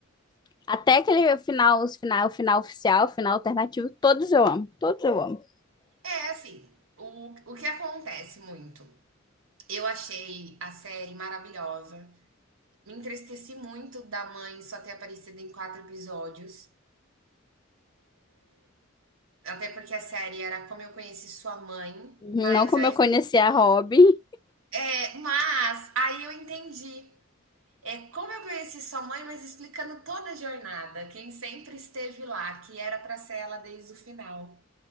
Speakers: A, on the left; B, on the right.
A: Até aquele final, os final, o final oficial, o final alternativo, todos eu amo. Todos eu amo.
B: É assim, o, o que acontece muito? Eu achei a série maravilhosa. Me entristeci muito da mãe só ter aparecido em quatro episódios. Até porque a série era como eu conheci sua mãe,
A: Uhum,
B: mas
A: Não como eu conheci a Robin.
B: É, mas aí eu entendi. É, como eu conheci sua mãe, mas explicando toda a jornada, quem sempre esteve lá, que era para ser ela desde o final.